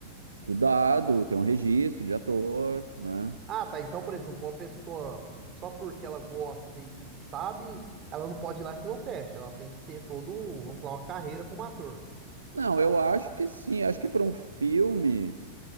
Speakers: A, on the right (about 75°); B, on the right (about 30°).
A: estudado, ter um registro de ator, né?
B: Ah, tá. Então, por exemplo, uma pessoa, só porque ela gosta e, e sabe, ela não pode ir lá e fazer um teste. Ela tem que ter todo, vamos falar, uma carreira como ator.
A: Não, eu acho que sim, acho que para um filme,